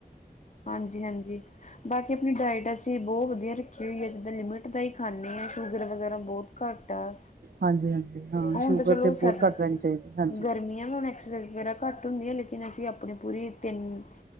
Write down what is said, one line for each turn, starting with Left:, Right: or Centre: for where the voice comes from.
Left: ਹਾਂਜੀ-ਹਾਂਜੀ ਬਾਕੀ ਆਪਣੀ ਡਾਇਟ ਅਸੀਂ ਬੋ ਵਧੀਆ ਰੱਖੀ ਹੋਈ ਹੈ ਜਿੱਦਾਂ ਲਿਮਿਟ ਦਾ ਈ ਖਾਂਣੇ ਆਂ। ਸ਼ੂਗਰ ਵਗੈਰਾ ਬੋਤ ਘੱਟ ਆ।
Right: ਹਾਂਜੀ ਹਾਂਜੀ ਹਾਂ
Left: ਹੁਣ
Right: ਸ਼ੂਗਰ
Left: ਤਾਂ ਚਲੋ
Right: ਤੇ ਬਹੁਤ
Left: ਸਰ
Right: ਘੱਟ ਲੈਣੀ ਚਾਹੀਦੀ ਹਾਂਜੀ
Left: ਗਰਮੀਆਂ ਵੀ ਹੁਣ ਘੱਟ ਹੁੰਦੀ ਆ ਲੇਕਿਨ ਅਸੀਂ ਆਪਣੀ ਪੂਰੀ ਤਿੰਨ